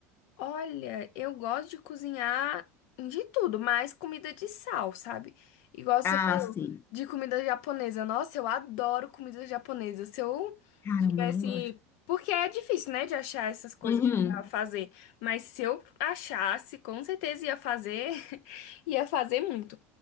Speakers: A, on the left; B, on the left.
A: Olha, eu gosto de cozinhar de tudo, mas comida de sal, sabe? Igual você
B: Ah,
A: falou,
B: sim.
A: de comida japonesa. Nossa, eu adoro comida japonesa. Se eu
B: Caramba,
A: tivesse.
B: eu não gosto.
A: Porque é difícil, né, de achar essas coisas
B: Uhum,
A: pra fazer. Mas se eu achasse, com certeza ia fazer. <laughs> Ia fazer muito.